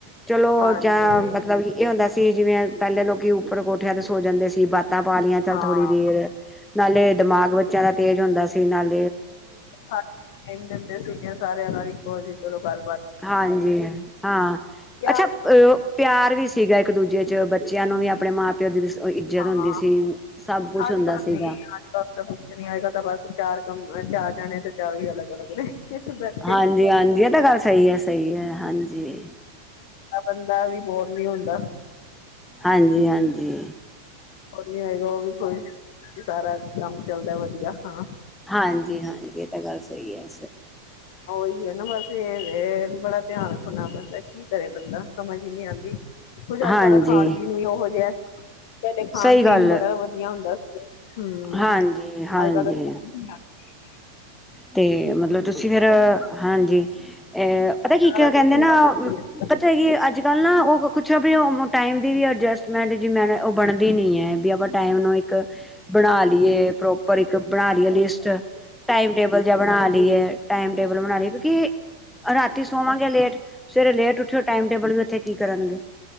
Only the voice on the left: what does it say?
ਹਾਂਜੀ
ਹਾਂ
ਟਾਈਮ ਦਿੰਦੇ ਸੀਗੇ ਸਾਰਿਆਂ ਨਾਲ ਇੱਕੋ ਜਿ ਚਲੋ ਗ
ਯਾਰ
ਹਾਂ
ਅੱਜ
ਕੱਲ
ਨੀ ਅੱਜ ਕੱਲ ਤਾਂ ਕੁੱਝ ਨੀ ਆਏਗਾ ਤਾਂ ਬਸ ਚਾਰ ਕਮਰੇ ਚਾਰ ਜਾਣੇ ਤੇ ਚਾਰੋ ਹੀ ਅਲਗ ਅਲਗ ਨੇ। ਬੈਠੇ
ਬੰਦਾ ਵੀ ਬੋਰ ਨੀ ਹੁੰਦਾ।
ਉਹ ਨੀ ਹੋਏਗੀ ਉਹ ਵੀ ਕੋਈ ਤੇ ਸਾਰਾ ਕੰਮ ਚੱਲਦਾ ਵਧੀਆ ਹਾਂ।
ਹੀ ਹੈ ਨਾ ਬਸ ਇਹ ਬੜਾ ਧਿਆਨ ਰੱਖਣਾ ਪੈਦਾ ਕੀ ਕਰੇ ਬੰਦਾ, ਸਮਝ ਹੀ ਨਹੀਂ ਆਦੀ। ਕੁੱਝ ਅੱਜ
ਕੱਲ ਦਾ ਖਾਣ ਪੀਣ ਵੀ ਉਹੋ ਜਿਹਾ ਪਹਿਲੇ ਖਾਣ
ਪੀਣ
ਬੜਾ ਵਧੀਆ ਹੁੰਦਾ। ਹੂੰ,
ਅੱਜ ਕੱਲ ਤੇ <inaudible>
ਸਾਰਾ
ਕੁਛ ਹੀ
ਹਮ